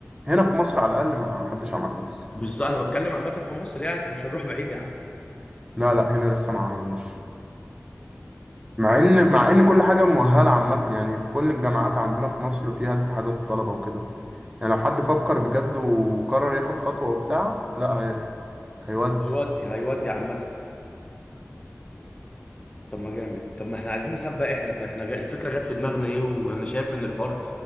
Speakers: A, on the right; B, on the left.
A: هنا في مصر على الاقل ما حدش عملها لسه
B: بالظبط أنا بتكلم عامة في مصر يعني إحنا مش هنروح بعيد يا عم
A: لا لا هنا لسه ما عملهاش مع ان مع ان كل حاجة مؤهلة عامة يعني في كل الجامعات عندنا في مصر فيها اتحادات طلبة وكده يعني لو حد فكر بجد وقرر ياخد خطوة وبتاع لا هي... هيودي
B: هيودي هيودي عامة طب ما جامد طب ما احنا عايزين نسبق احنا طيب احنا جا- الفكره جت في دماغنا ايه وانا شايف ان الحوار